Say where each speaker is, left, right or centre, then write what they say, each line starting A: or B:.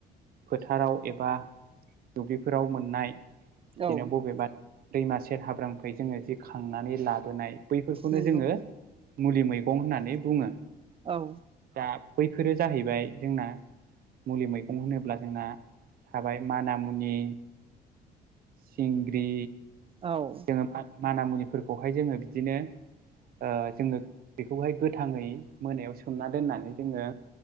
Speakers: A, on the right; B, on the right.
A: फोथाराव एबा दुब्लिफोराव मोननाय बिदिनो
B: औ
A: बबेबा दैमा सेर हाब्रांनिफ्राय जोङो जिखांनानै लाबोनाय बैफोरखौनो
B: नंगौ
A: जोङो मुलि मैगं होननानै बुङो।
B: औ
A: दा बैफोरो जाहैबाय जोंना मुलि मैगं होनोब्ला जोंना थाबाय माना मुनि सिंग्रि
B: औ
A: <unintelligible> मान मुनिफोरखौहाय जोङो बिदिनो ओ जोङो बेखौहाय गोथाङै मोनायाव सोमना दोननानै जोङो